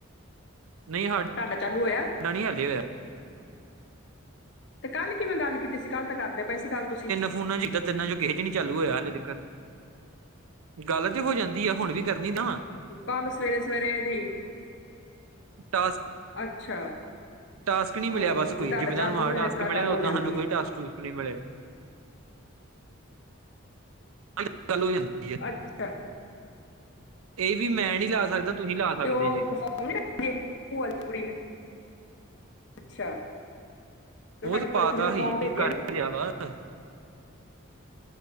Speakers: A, on the right; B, on the left.
A: ਨਹੀਂ ਸਾਡ ਸਾਡਾ
B: ਤੁਹਾਡਾ ਚਾਲੂ ਹੋਇਆ
A: ਨਹੀਂ ਹਾਲੇ ਹੋਇਆ
B: ਤੇ' ਕੱਲ ਕਿਵੇਂ ਗੱਲ ਕੀਤੀ ਸੀ, ਕੱਲ ਤਾਂ ਕਰਦੇ ਪਏ ਸੀ ਕੱਲ ਤੁਸੀਂ
A: ਉਨ੍ਹਾਂ ਚ' ਤਿੰਨਾਂ ਚੋ, ਏਹ ਵੀ ਨੀ ਚਾਲੂ ਹੋਇਆ ਹਾਲੇ ਤੀਕਣ ਗੱਲ ਤੇ ਹੋ ਜਾਂਦੀ ਆ ਹੁਣ ਵੀ ਕਰਨੀ ਨਾ
B: ਕੰਮ ਸਵੇਰੇ-ਸਵੇਰੇ ਇਹ ਦੀ,
A: ਟਾਸਕ
B: ਅੱਛਾ
A: ਟਾਸਕ ਨਹੀਂ
B: ਉਹ
A: ਮਿਲੇਆ ਬਸ ਕੋਈ,
B: ਵੀ ਤੁਹਾਡਾ
A: ਜਿਵੇਂ ਤੁਹਾਨੂੰ
B: ਚਾਲੂ
A: ਆਹ
B: ਨੂੰ
A: ਟਾਸਕ
B: ਇਸ ਤਰ੍ਹਾਂ
A: ਮਿਲਿਆ
B: ਗੱਲ
A: ਉਓਦਾਂ
B: ਹੋ ਜਾਂਦੀ
A: ਸਾਨੂੰ ਕੋਈ
B: ਹੈ
A: ਟਾਸਕ ਟੁਸਕ ਨਹੀਂ ਮਿਲੇ ਗੱਲ ਚਾਲੂ ਹੋ ਜਾਂਦੀ ਐ,
B: ਅੱਛਾ
A: ਇਹ ਵੀ ਮੈਂ ਨਹੀਂ ਲਾ ਸਕਦਾ ਤੁਸੀਂ ਲਾ ਸਕਦੇ
B: 'ਤੇ ਉਹ
A: ਜੇ
B: ਹੁਣ ਵੀ ਰੱਖੀ ਐ, ਭੂਆ ਦੀ ਕੁੜੀ ਨੇ ਅੱਛਾ ਜੌ
A: ਉਹ
B: ਤੁਹਾਡੀ
A: ਤਾਂ ਪਾਤਾ
B: ਬੜੀ ਕੁੜੀ ਨੇ
A: ਹੀ
B: ਫੋਰਮ ਭੇਜਿਆ ਨਾ
A: <unintelligible>